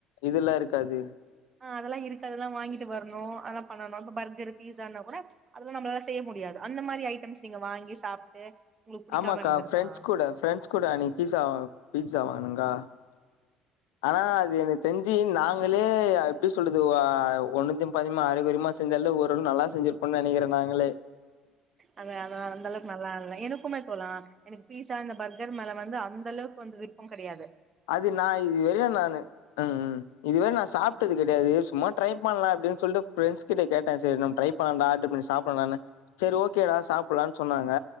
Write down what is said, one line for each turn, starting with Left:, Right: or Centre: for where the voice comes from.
Left: இதுல்லா இருக்காது
Right: ஆ அதல்லா இருக்கதலா வாங்கிட்டு வரனு அல்லா பண்ணனு‌ இப்ப பர்கரு பீஸான்னா கூட அதல்லா நம்ளால செய்ய முடியாது அந்த மாரி ஐட்டம்ஸ் நீங்க வாங்கி சாப்ட்டு உங்களுக்கு புடிக்காம
Left: ஆமாக்கா
Right: இருந்திருக்கா
Left: ஃப்ரெண்ட்ஸ் கூட ஃப்ரெண்டஸ் கூட அனை பீஸா பீட்ஸா வாங்குனங்கா ஆனா அது என தெஞ்சி நாங்க லேய எப்டி சொல்றது வ ஒன்னுத்தயு‌ பாதியுமா அரகொறியுமா செஞ்சால ஓரள நல்லா செஞ்சிருப்போன் நெனகிறே நாங்களே
Right: அது அதா அந்தளவுக்கு நல்லால எனக்குமே தோழா எனக்கு பீஸா இந்த பர்கர் மேல வந்து அந்த அளவுக்கு வந்து விருப்பம் கடயாது
Left: அது நா இது வரையு நானு ம் ம் இதுவர நா சாப்டது கெடையாது சும்மா ட்ரை பண்லா அப்டின் சொல்ட்டு ஃப்ரெண்ட்ஸ் கிட்ட கேட்டே சேர் நம் ட்ரை பண்லான்டா ஆட்ரு பண்ணி சாப்புல்லான்டானு செர் ஓகேடா சாப்புல்லான் சொன்னாங்க